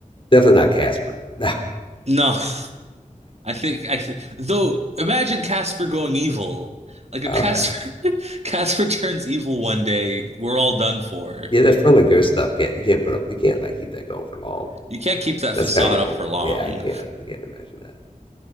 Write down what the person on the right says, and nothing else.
no. <laughs> I think I th though imagine Casper going evil. Like
if Casper <laughs> Casper turns evil one day, we're all done for.
You can't keep that
facade
up
for long.